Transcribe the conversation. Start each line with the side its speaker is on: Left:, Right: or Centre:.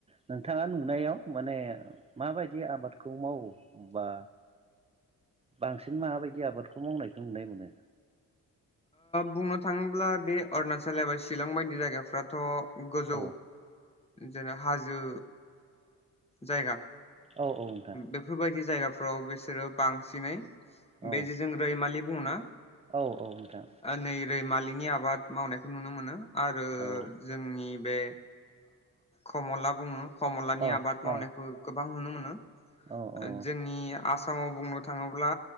Right: नोंथाङा नुनायाव माने माबायदि आबादखौ मावो बा बांसिन बिसिन माबायदि आबादखौ मावनायखौ नुनाय मोनो
Left: बुंनो थाङोब्ला बे अरुणचल सालायबबाय शलं बायदि जायगफोर फ्राथ' गोजौ
Right: औ
Left: जेनेब हाजो जायगा
Right: औ औ नोंथां
Left: बेफोरबायदि जायगा बिस बिसोरो बांसिनै
Right: औ
Left: बे जे जों रैमालि बुङ ना
Right: औ औ नोंथां
Left: नै रैमालिनि आबाद मावनायखौ नुनो मोनो आरो
Right: औ
Left: जोंनि बे कमला बुङो हमलानि
Right: औ
Left: आबाद मावनायखौ
Right: औ
Left: गोबां नुनो मोनो हा
Right: औ औ
Left: जोंनि आसाम आसामाव बुंनो थाङोब्ला